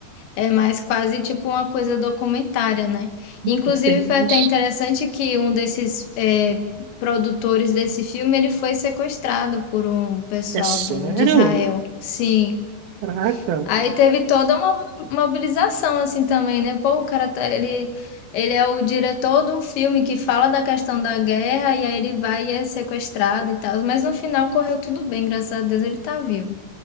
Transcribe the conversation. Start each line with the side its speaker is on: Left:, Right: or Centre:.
Left: É mais quase, tipo, uma coisa documentária, né? Inclusive,
Right: Entendi.
Left: foi até interessante que um desses é, produtores desse filme, ele foi sequestrado por um pessoal
Right: É sério?
Left: do, de Israel. Sim.
Right: Caraca.
Left: Aí teve toda uma mobilização assim também, né? Pô, o cara tá, ele ele é o diretor de um filme que fala da questão da guerra e aí ele vai e é sequestrado e tal, mas no final correu tudo bem, graças a Deus ele tá vivo.